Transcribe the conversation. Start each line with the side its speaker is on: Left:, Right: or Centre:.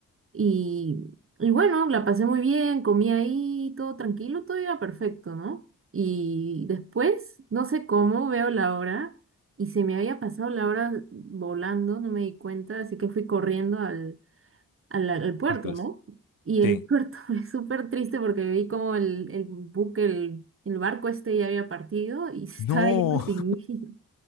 Right: Y, y bueno, la pasé muy bien, comí ahí, todo tranquilo, todo iba perfecto, ¿no? Y después, no sé cómo, veo la hora y se me había pasado la hora volando, no me di cuenta, así que fui corriendo al, al, al puerto,
Left: Al cruz.
Right: ¿no? Y
Left: Sí.
Right: el puerto <laughs> fue súper triste porque vi como el, el buque, el, el barco este ya había partido y <laughs> se
Left: No,
Right: estaba yendo sin mí.